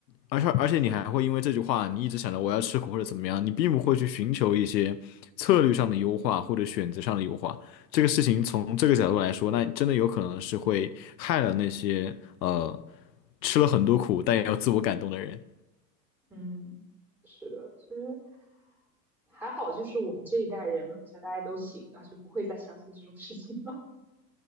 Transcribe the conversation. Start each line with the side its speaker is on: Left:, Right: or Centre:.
Left: 而且而且你还会因为这句话，你一直想着我要吃苦或者怎么样，你并不会去寻求一些策略上的优化或者选择上的优化。这个事情从这个角度来说，那真的有可能是会害了那些呃吃了很多苦但也有自我感动的人。
Centre: 嗯，是的，其实还好，就是我们这一代人好像大家都醒了，就不会再相信这种事情了。